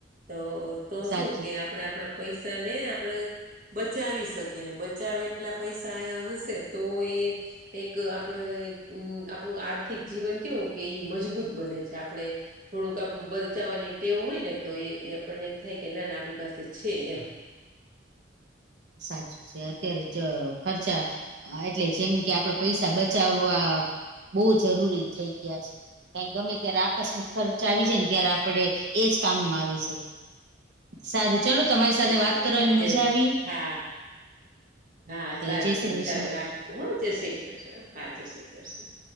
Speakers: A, on the right (about 45°); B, on the right (about 60°).
A: તો તો
B: સાચું
A: શું કે આપણે આપણા પૈસાને આપણે બચાવી શકીએ ને બચાવે કેટલા પૈસા હશે તો એ એક આપડે આપણું આર્થિક જીવન કેવું કે ઈ મજબૂત બને છે, આપણે થોડુંક આમ બચાવવાની ટેવ હોય ને તો એ આપણને એમ થાય કે ના ના આપણી પાસે છે, એમ
B: સાચું છે, અત્યારે ખર્ચા એટલે જેમ કે આપડે પૈસા બચાવવા બહુ જરૂરી થઈ ગયા છે. ગમે ત્યારે આકસ્મિક આવી જાય ને ત્યારે એજ કામમાં આવી જાય. સારું ચાલો તમારી સાથે
A: સાચી
B: વાત કરવાની
A: છે આજે
B: મજા આવી.
A: હા હા
B: ચલો
A: સારું-સારું
B: જય શ્રી કૃષ્ણ
A: ચાલો રાખું હો, જય શ્રી કૃષ્ણ હા, જય શ્રી કૃષ્ણ.